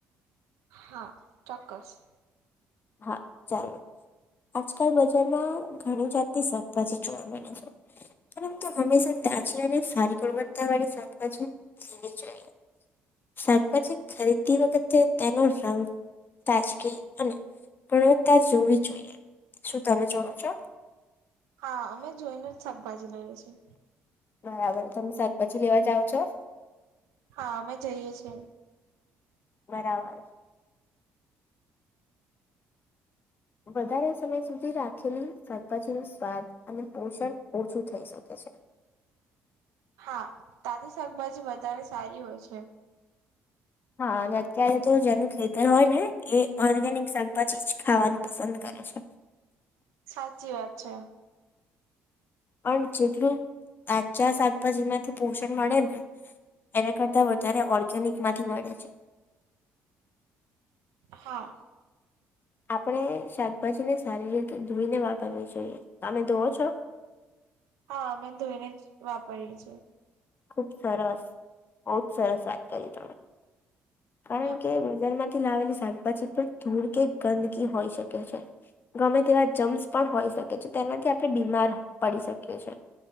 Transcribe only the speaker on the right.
હા, ચોક્કસ.
હા, અમે જોઈને જ શાકભાજી લઈએ છીએ.
હા, અમે જઈએ છીએ.
હા, તાજી શાકભાજી વધારે સારી હોય છે.
સાચી વાત છે.
હા.
હા અમે ધોઈને જ વાપરીએ છીએ.
હા